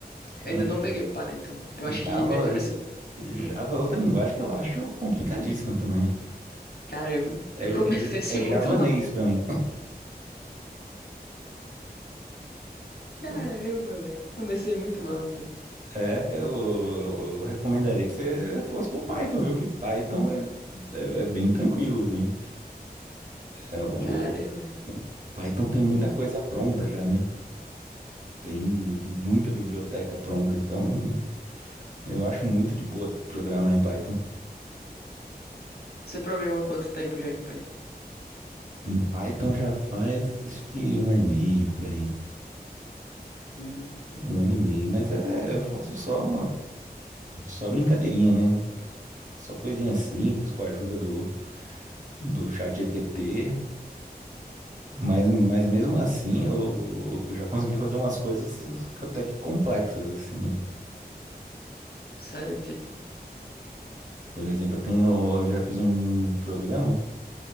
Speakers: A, on the right (about 50°); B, on the left (about 75°).
A: Caramba,
B: Eu ainda não peguei Python. Eu
A: Java,
B: acho que minha cabeça.
A: Java
B: Hum,
A: é outra linguagem que eu acho complicadíssima também.
B: caramba,
A: É,
B: eu
A: é,
B: comecei <laughs> assim
A: é, é javanês
B: muito mal.
A: pra mim.
B: Caramba,
A: Eu-
B: velho. Comecei muito mal, então.
A: É, eu, eu recomendaria que você fosse pro Python, viu? Que Python é, é, é bem tranquilo, assim. É, o
B: Caramba.
A: Python tem muita
B: Hum,
A: coisa pronta já, né? Tem muita biblioteca pronta, então eu acho muito de boa programar em Python.
B: você programa quanto tempo já em Python?
A: Em Python já faz acho que um ano e meio por aí.
B: Hum,
A: Um ano e meio, mas é, eu faço só. Só brincadeirinha, né? Só coisinha simples com a ajuda do, do chat GPT. Mas, mas mesmo assim, eu, eu já consegui fazer umas coisas até que complexas, assim.
B: sério, tipo?
A: Por exemplo, eu tenho, eu já fiz um programa